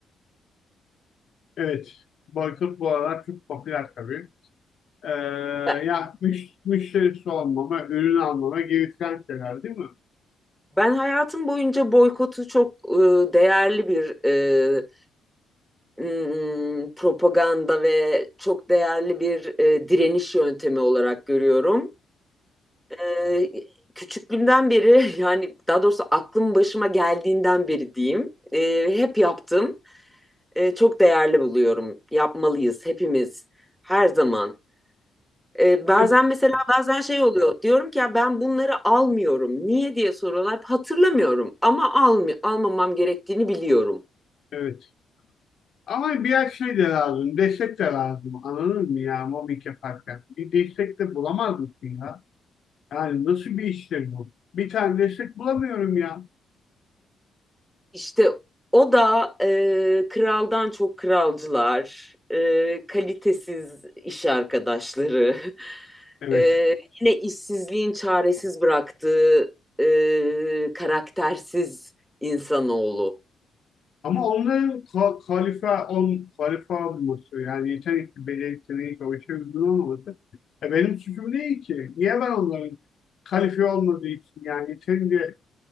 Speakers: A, on the left (about 60°); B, in the centre.
A: evet. Boykot bu aralar çok popüler tabii. Ee,
B: Ben
A: ya müş, müşterisi olmama, ürün almama gereken şeyler değil mi?
B: ben hayatım boyunca boykotu çok e, değerli bir e, mm, propaganda ve çok değerli bir e, direniş yöntemi olarak görüyorum. Ee, küçüklüğümden beri <laughs> yani daha doğrusu aklım başıma geldiğinden beri diyeyim. e, hep yaptım. E, çok değerli buluyorum. Yapmalıyız hepimiz her zaman. E, bazen
A: E
B: mesela bazen şey oluyor. Diyorum ki ya ben bunları almıyorum. Niye diye soruyorlar. Hatırlamıyorum ama almı almamam gerektiğini biliyorum.
A: Evet. Ama biraz şey de lazım. Destek de lazım. Anladın mı ya mobbing yaparken? Bir destek de bulamaz mısın ya? Yani nasıl bir iştir bu? Bir tane destek bulamıyorum ya.
B: İşte o da e, kraldan çok kralcılar, e, kalitesiz iş arkadaşları, <laughs>
A: Evet.
B: e, yine işsizliğin çaresiz bıraktığı e, karaktersiz insanoğlu.
A: Ama onların ka- kalife, on, kalife olması yani yetenekli, becerikli neyse o işe uygun olmaması. E benim suçum değil ki. Niye ben onların kalifiye olmadığı için yani yeterince